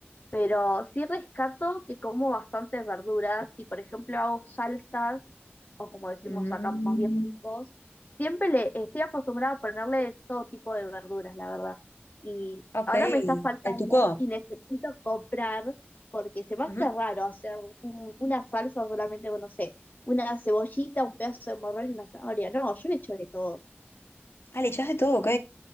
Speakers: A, on the left (about 40°); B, on the left (about 70°).
A: Pero sí rescato que como bastantes verduras y, por ejemplo, hago salsas o como decimos
B: Mm,
A: acá más bien todos, siempre le estoy acostumbrada a ponerle todo tipo de verduras, la verdad. Y
B: ok,
A: ahora me está faltando
B: el tuco.
A: y necesito comprar porque se me hace
B: Ujú.
A: raro hacer un- una salsa solamente con, no sé, una cebollita, un pedazo de morrón y una zanahoria. No, yo le echo de todo.
B: Ah, le echás de todo, ok.